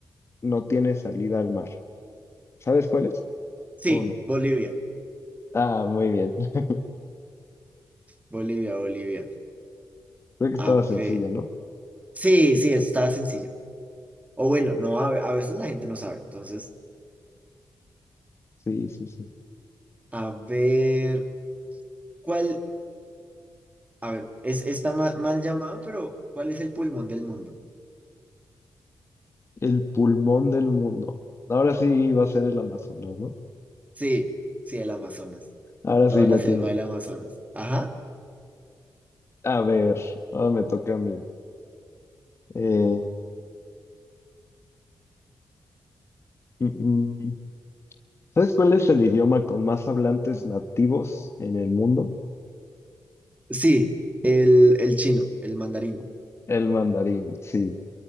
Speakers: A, on the left (about 35°); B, on the right (about 20°).
A: no tiene salida al mar? ¿Sabes cuál es?
B: sí,
A: ¿O no?
B: Bolivia,
A: Ah, muy bien. <laughs>
B: Bolivia, Bolivia.
A: Creo que estaba
B: A ver,
A: sencilla, ¿no?
B: sí, sí, eso estaba sencillo. O bueno, no, a, a veces la gente no sabe. Entonces,
A: Sí, sí, sí.
B: a ver, ¿cuál? A ver, es, está ma- mal llamada, pero ¿cuál es el pulmón del mundo?
A: El pulmón del mundo. Ahora sí va a ser el Amazonas, ¿no?
B: Sí, sí, el Amazonas.
A: Ahora
B: Toda
A: sí
B: la
A: la
B: selva
A: tiene.
B: del Amazonas. Ajá.
A: A ver, ahora me toca a mí. Eh, mm, mm. ¿Sabes cuál es el idioma con más hablantes nativos en el mundo?
B: Sí, el, el chino, el mandarín.
A: El mandarín, sí.